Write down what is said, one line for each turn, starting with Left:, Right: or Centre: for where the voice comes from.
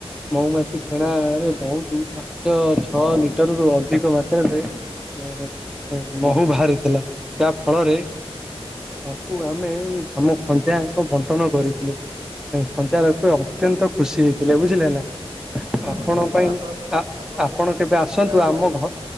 Centre: ମଉମାଛି
Right: ହଁ
Centre: ଫେଣା ରେ ବହୁତ୍ ପାଞ୍ଚ ଛଅ ଲିଟର ରୁ ଅଧିକ ମାତ୍ ମାତ୍ରା ରେ ଏଁ
Right: ହଁ
Centre: ଏଁ ମହୁ ବାହାରିଥିଲା, ତା ଫଳରେ।
Right: ହଁ
Centre: କୁ ଆମେ ଆମ ଖଞ୍ଜା ଯାଙ୍କ ବଣ୍ଟନ କରିଥିଲୁ ଖଞ୍ଜା ଲୋକ
Right: ହଁ
Centre: ଅ ଅତ୍ୟନ୍ତ ଖୁସି ହେଇଥିଲେ ବୁଝିଲେ ନା। ଆପଣଙ୍କ
Right: ଖଞ୍ଜାର
Centre: ପାଇଁ
Right: ତ ଆପଣ
Centre: ଆ ଆପଣ
Right: ଯେହେତୁ
Centre: କେବେ ଆସନ୍ତୁ
Right: ଖଞ୍ଜାର
Centre: ଆମ ଘ,